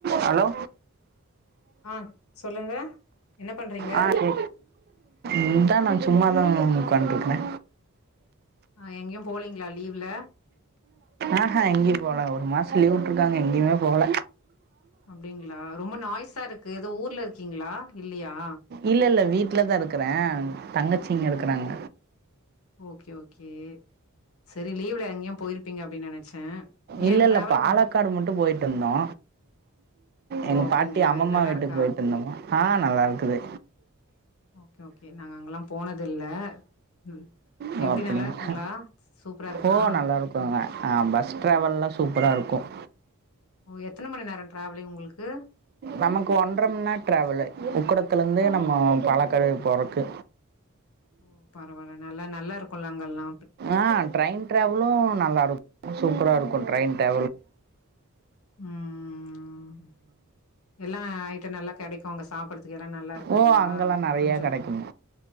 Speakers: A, on the right; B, on the left.
A: Hello
B: ஆ சொல்லுங்க என்ன பண்றீங்க
A: ஆ செ இந்தா நா சும்மா பம் உக்காண்டுருக்கக
B: ஆ எங்கயும் போலீங்களா லீவ்ல
A: ஆஹா எங்கயௌ போல ஒரு மாசோ லீவ்வுட்ருக்காங்க எங்கயுமே போல
B: அப்டிங்ளா ரொம்ப நாய்ஸா இருக்கு எதோ ஊர்ல இருக்கீங்களா இல்லியா
A: இல்லல்ல வீட் வீட்ல தா இருக்குறே தங்கச்சி இங்க இருக்குறாங்க.
B: ஓகே ஓகே சரி லீவ்ல எங்கயும் போயிருப்பீங்க அப்டின் நெனச்சே
A: இல்லல்ல
B: ஏ டிராவல்
A: பாலக்காடு
B: பண்ண
A: மட்டு போயிட்டிருந்தோ
B: ஓ
A: எங்க
B: அப்டிங்களா
A: பாட்டி அம்மம்மா
B: நல்லா
A: வீட்டுக்
B: இருக்கா
A: போயிட்டிருந்தோ ஆ நல்லாருக்குது
B: ஓகே ஓகே நாங்க அங்கலாம் ‌போனதில்ல ம்
A: ஓ
B: எப்டி
A: அப்படிங்களா
B: நல்லாருக்குங்ளா சூப்பரா இருக்கா
A: ஓ நல்லா இருக்குங்க ஆ பஸ் ட்ராவல்லா சூப்பரா இருக்கும்.
B: ஓ எத்தன மணி நேரோ ட்ராவ்லிங் உங்ளுக்கு
A: நமக்கு ஒன்றம்மண்நே ட்ராவலு உக்கடத்துலந்து நம்ம பழக்களவ் போறக்கு
B: ஓ பரவால்ல நல்லா நல்லா இருக்கோல்ல அங்கல்லா
A: ஆ ட்ரெய்ன் ட்ராவலு நல்லாருக் சூப்பரா இருக்கு ட்ரெயின் <unintelligible>
B: ம் ம் ம் ம் ம் எல்லா ஐய்ட்டோ நல்லா கேடைக்கு அங்கஸ் சாப்புடத் துகிற நல்லாருக்குங்ளா
A: ஓ அங்கெல்லாம் நிறையா
B: கொஞ்சொ
A: கிடைக்கும்